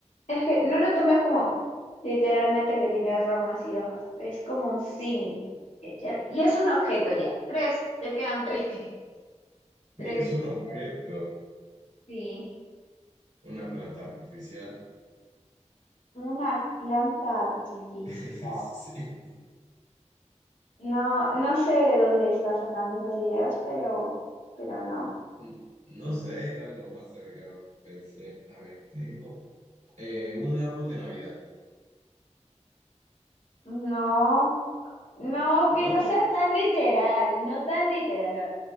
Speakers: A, on the left (about 85°); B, on the right (about 85°).
A: Es que no lo tomes como literalmente que tiene ramas y hojas. Es como un símil. Ya- ya- Y es un objeto ya. Tres, te quedan tres. <laughs> Tres.
B: y es un objeto,
A: ya, Sí.
B: una planta artificial.
A: Una planta artificial.
B: <laughs> Sí.
A: No, no sé de dónde está sacando esas ideas, pero, pero no.
B: Mm, No sé, era lo más cercano que pensé. A ver, tengo eh, un árbol de Navidad.
A: No, no,
B: ¿No?
A: que no sea tan literal, no tan literal,